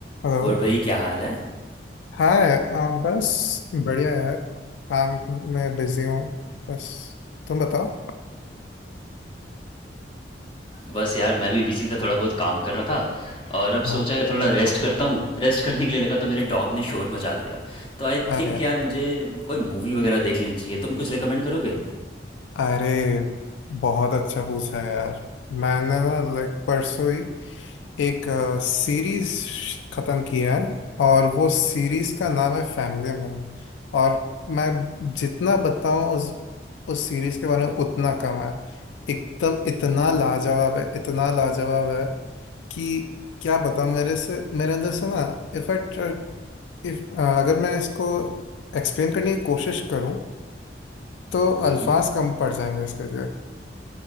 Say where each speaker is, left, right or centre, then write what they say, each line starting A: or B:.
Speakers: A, on the left; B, on the left.
A: Hello
B: और भाई क्या हाल है
A: हाय आ, बस बढ़िया यार काम में बिजी हूँ बस तुम बताओ
B: बस यार मैं भी बिजी था थोड़ा बहुत काम कर रहा था और अब
A: हाँ
B: सोचा है थोड़ा रेस्ट करता हूँ रेस्ट करने के लिए लगा तो मेरे डॉग ने शोर मचा दिया तो आई
A: अरे
B: थिंक
A: अरे
B: यार मुझे कोई मूवी वगैरह देख लेनी चाहिए तुम कुछ रिकमेंड करोगे
A: अरे बहुत अच्छा पूछा है यार मैंने ना लाइक परसों ही एक सीरीज खत्म की है और वो सीरीज का नाम है फैमिली मैन और मैं जितना बताऊं उस उस सीरीज के बारे में उतना कम है एकदम इतना लाजवाब है इतना लाजवाब है कि क्या बताऊं मेरे से मेरे अंदर से ना इफ आई इफ अगर मैं इसको एक्सप्लेन करने की कोशिश करूं तो
B: हम्म
A: अल्फाज कम पड़ जाएंगे इसके लिए